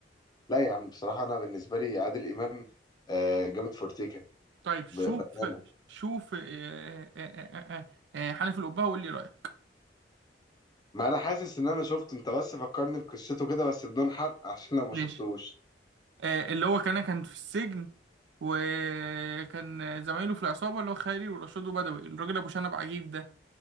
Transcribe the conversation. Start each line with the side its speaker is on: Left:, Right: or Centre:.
Left: لا يا عم بصراحة انا بالنسبة لي عادل امام آه، جامد فورتيكا
Right: طيب شوف
Left: ب- بأمانة
Right: شوف آه، آه، آه، آه، آه، حنفي الأبهة وقول لي رأيك
Left: ما انا حاسس ان انا شفته انت بس فكرني بقصته كده بس بدون حرق <laughs> عشان لو ما
Right: ماشي
Left: شفتوش
Right: آه، اللي هو كان كان في السجن وكان زمايله في العصابة اللي هو خالي ورشاد وبدوي الراجل أبو شنب عجيب ده